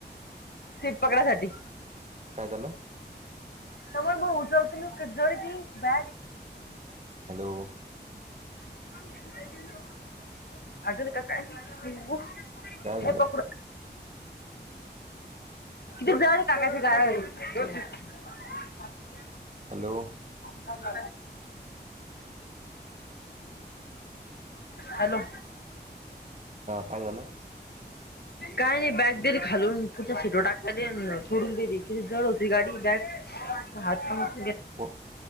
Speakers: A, on the left; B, on the right.
A: सीट पकडासाठी.
B: काय झालं.
A: तर मग उचलत क जोडी त बॅग
B: हॅलो
A: <inaudible>
B: काय झालं?
A: ए पकडू किती जर काकाची ग <inaudible> ातूनज
B: हॅलो
A: झा हॅलो
B: हा काय झालं
A: काणी बाग दरी खाून फढचिटो टाका द सोडून दरी ख जर होत गाडी बॅग हात कामातून गेला
B: को